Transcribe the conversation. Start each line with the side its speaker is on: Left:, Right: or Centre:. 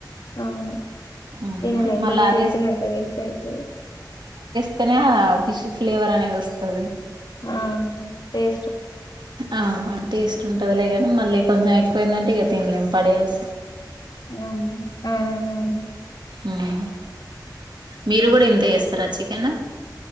Left: అవును
Right: ఉమ్
Left: తినలే
Right: మళ్ళ
Left: మళ్ళా
Right: అదేస్
Left: చేసింది అంత వేస్ట్ అయితుంది.
Right: ఇక్కనే ఆహ్ ఫిష్ ఫ్లేవర్ అనేది వస్తది.
Left: ఆహ్ ఏ.
Right: ఆహ్ టేస్ట్ ఉంటదిలేగాని మళ్ళీ కొంచెం ఎక్కువైందంటే ఇక తినలేము. పడేయల్సి.
Left: ఉమ్ ఆహ్.
Right: ఉమ్ మీరు కూడా ఇంతే చేస్తారా చికెన్.